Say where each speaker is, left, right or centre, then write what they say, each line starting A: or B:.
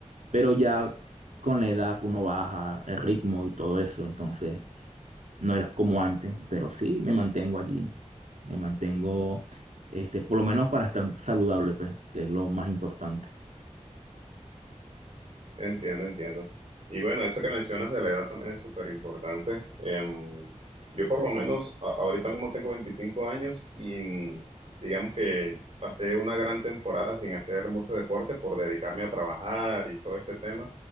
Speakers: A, on the right; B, on the right.
A: pero ya con la edad uno baja el ritmo y todo eso, entonces. No eres como antes, pero sí me mantengo allí. Me mantengo, este, por lo menos para estar saludable, pues, que es lo más importante.
B: Entiendo, entiendo. Y bueno, eso que mencionas de la edad también es súper importante. Em, yo por lo menos a- ahorita mismo tengo 25 años y mm, digamos que pasé una gran temporada sin hacer mucho deporte por dedicarme a trabajar y todo ese tema.